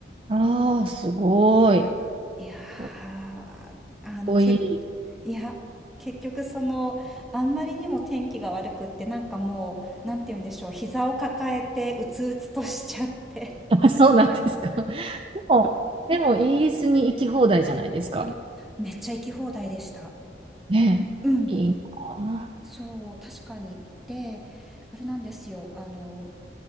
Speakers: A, on the right; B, in the centre.
A: ああ、すごい。
B: いやー、
A: かっ
B: あの、
A: こいい。
B: 結いや、結局その、あんまりにも天気が悪くって、なんかもう、なんて言うんでしょう、膝を抱えて、うつうつとしちゃって、
A: あ、そうなんですか。でも、でもイギリスに行き放題じゃないですか。
B: めっちゃ行き放題でした。
A: ねえ、
B: うん。
A: いいなあ
B: そう、確かに。で、あれなんですよ、あの、